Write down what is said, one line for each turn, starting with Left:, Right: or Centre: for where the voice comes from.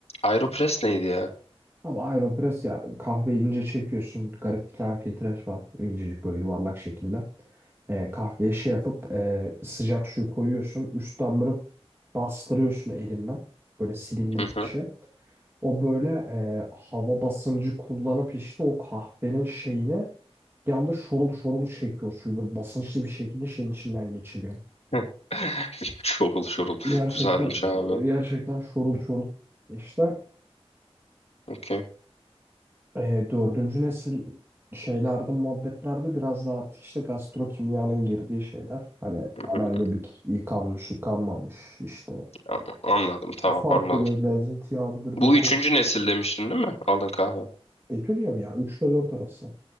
Left: Aeropress neydi ya?
Right: Abi Aeropress ya kahveyi ince çekiyorsun. Garip bir tane filtre var. İncecik böyle yuvarlak şekilde. Ee, kahveye şey yapıp e, sıcak suyu koyuyorsun. Üstten böyle bastırıyorsun elinden. Böyle silindirik
Left: Hı hı.
Right: bir şey. O böyle e, hava basıncı kullanıp işte o kahvenin şeyini yanda şorul şorul çekiyor suyu. Böyle basınçlı bir şekilde şeyin içinden geçiriyor.
Left: Hı. <laughs> Şorul şorul.
Right: Gerçekten
Left: Güzelmiş abi.
Right: e, gerçekten şorul şorul. İşte
Left: Okey.
Right: E, dördüncü nesil şeylerde, muhabbetlerde biraz da artık işte gastrokimyanın girdiği şeyler. Hani
Left: Hı
Right: anaerobik
Left: hı.
Right: yıkanmış, yıkanmamış işte
Left: Ama- Anladım tamam
Right: farklı
Left: anladım.
Right: bir lezzet, yağlı bir
Left: Bu
Right: doku.
Left: üçüncü nesil demiştin değil mi? Aldın kahve.
Right: Bekliyor mu ya? 3 ile 4 arası.